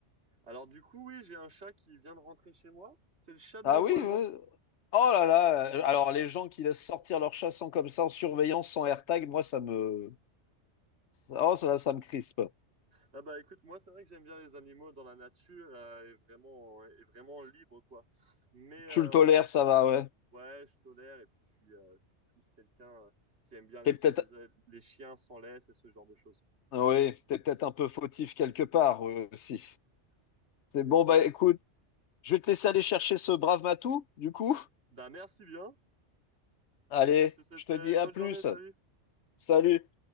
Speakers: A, on the right; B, on the left.
A: Alors du coup oui j'ai un chat qui vient de rentrer chez moi. C'est le chat de
B: Ah
A: mon voisin.
B: oui. euh. Oh là là. euh, Alors, les gens qui laissent sortir leurs chats sans comme ça, en surveillance, sans AirTag, moi, ça me. Oh, ça, ça me crispe.
A: Ah bah écoute moi c'est vrai que j'aime bien les animaux dans la nature euh, et vraiment et vraiment libre quoi. Mais euh,
B: Tu le tolères,
A: enfin
B: ça va, ouais.
A: ouais je tolère et puis je suis, euh, je suis plus quelqu'un euh, qui aime bien laisser
B: T'es peut-être.
A: les, a- les chiens sans laisse et ce genre de choses.
B: Oui, t'es peut-être un peu fautif quelque part, euh, aussi. C'est bon, bah
A: Bah
B: écoute. Je vais te laisser aller chercher ce brave Matou, du coup.
A: bah merci bien
B: Allez,
A: et puis je te souhaite
B: je te
A: euh,
B: dis
A: une
B: à
A: bonne
B: plus.
A: journée salut.
B: Salut.